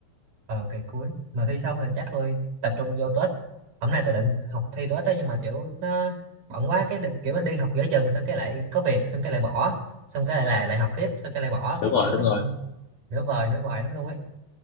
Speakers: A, on the right; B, on the left.
A: ờ kỳ cuối mà thi xong thì chắc tôi tập trung vô tết hôm nay tôi định học thi tết đó nhưng mà kiểu nó bận quá cái đi- kiểu đi học giữa chừng xong cái lại có việc xong cái lại bỏ xong cái lại lại lại học tiếp xong cái lại bỏ cái
B: đúng rồi
A: kiểu
B: đúng
A: nó
B: rồi
A: cũng nửa vời nửa vời lắm luôn ấy